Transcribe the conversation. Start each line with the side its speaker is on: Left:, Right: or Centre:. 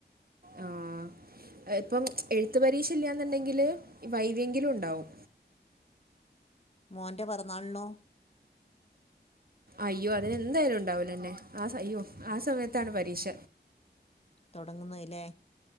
Right: ആഹ് ഇപ്പം എഴുത്തു പരീക്ഷ ഇല്ലാന്നുണ്ടെങ്കില് വൈവേങ്കിലും ഉണ്ടാവും
Left: മോന്റെ പെറന്നാളിണൊ
Right: അയ്യോ അതിനെന്തായാലും ഉണ്ടാവില്ലന്നെ ആഹ് അയ്യോ ആ സമയത്താണ് പരീക്ഷ
Left: തൊടങ്ങുന്നല്ലേ